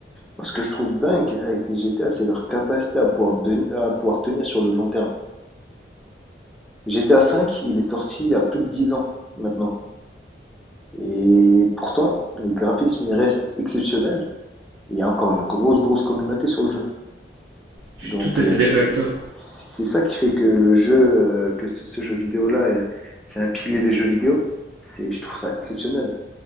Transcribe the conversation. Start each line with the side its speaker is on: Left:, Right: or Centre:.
Centre: Moi, Ce que je trouve dingue avec les GTA, c'est leur capacité à pouvoir, den- à pouvoir tenir sur le long terme. GTA V, il est sorti il y a plus de 10 ans maintenant. Et pourtant, les graphismes, ils restent exceptionnels. Il y a encore une grosse, grosse communauté sur le jeu.
Right: Je
Centre: Donc,
Right: suis tout à
Centre: euh,
Right: fait d'accord avec toi.
Centre: c'est ça qui fait que le jeu, euh, que ce, ce jeu vidéo-là, est- c'est un pilier des jeux vidéo. C'est, je trouve ça exceptionnel.